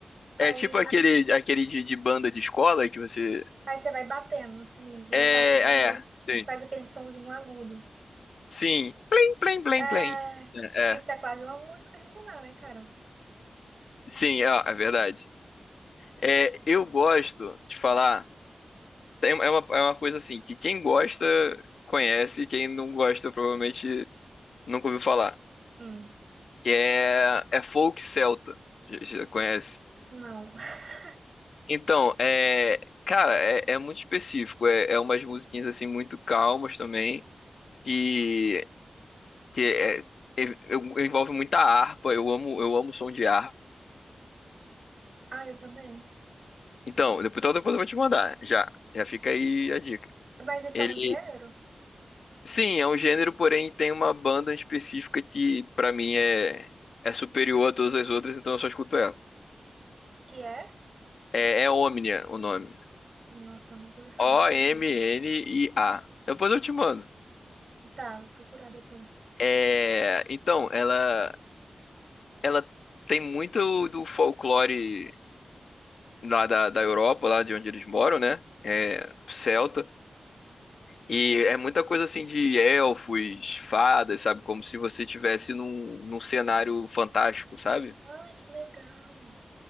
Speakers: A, on the right; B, on the left.
A: aí
B: é tipo aquele, aquele de, de banda de escola que você.
A: aí você vai batendo nos cilindros,
B: É,
A: aí faz aquele,
B: é, sim.
A: faz aquele sonzinho agudo.
B: Sim. Plim, plim, plim,
A: É,
B: plim. É,
A: isso é quase uma música de Diná, né, cara?
B: Sim, é, é verdade. É, eu gosto de falar. tem- É uma, é uma coisa assim que quem gosta conhece, quem não gosta provavelmente nunca ouviu falar.
A: Hum,
B: Que é, é folk celta. Já, já conhece?
A: não. <laughs>
B: Então, é, cara, é, é muito específico. É, é umas musiquinhas assim muito calmas também. Que, que é- é- eu- envolve muita harpa. Eu amo, eu amo som de harpa.
A: Ah, eu também.
B: Então, depois, então depois eu vou te mandar. Já, já fica aí a dica.
A: Mas esse
B: Ele,
A: é um gênero
B: Sim, é um gênero, porém tem uma banda específica que pra mim é, é superior a todas as outras, então eu só escuto ela.
A: que é?
B: É, é Omnia o nome.
A: Nossa, eu nunca ouvi falar.
B: O-M-N-I-A. Depois eu te mando.
A: Tá, vou procurar depois.
B: É, então, ela, ela tem muito do folclore lá da, da Europa, lá de onde eles moram, né? É, celta. E é muita coisa assim de elfos, fadas, sabe? Como se você estivesse num, num cenário fantástico, sabe?
A: Ai, que legal.